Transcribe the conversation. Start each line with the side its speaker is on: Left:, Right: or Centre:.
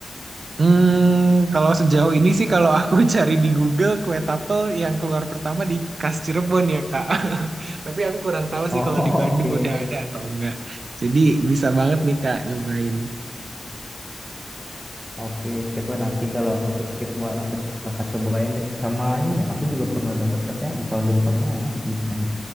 Right: Hmm, kalau sejauh ini sih kalau aku <laughs> cari di Google kue tapel yang keluar pertama di Khas Cirebon ya Kak. <laughs> Tapi aku kurang tahu sih
Centre: Oh,
Right: kalau di Bandung
Centre: <laughs> oke.
Right: udah ada atau enggak. Jadi bisa banget nih Kak nyobain.
Centre: Oke, coba nanti kalau aku ke Cirebon aku bakal cobain deh. Sama ini ya, aku juga pernah dengar katanya empal gentongnya enak di sana.